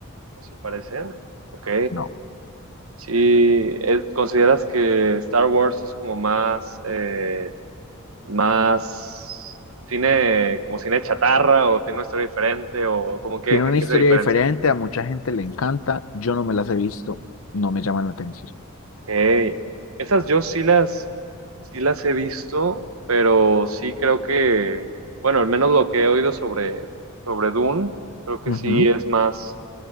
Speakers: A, on the right (about 80°); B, on the left (about 75°).
A: ¿No se parecen? Ok,
B: no.
A: Sí, es- ¿consideras que Star Wars es como más, eh, más cine, como cine chatarra o tiene una historia diferente o como que,
B: Tiene
A: en
B: una
A: qué
B: historia
A: se diferencian?
B: diferente, a mucha gente le encanta, yo no me las he visto, no me llaman la atención.
A: Ok, esas yo sí las, sí las he visto, pero sí creo que, bueno, al menos lo que he oído sobre, sobre Dune, creo que
B: Ujú,
A: sí es más,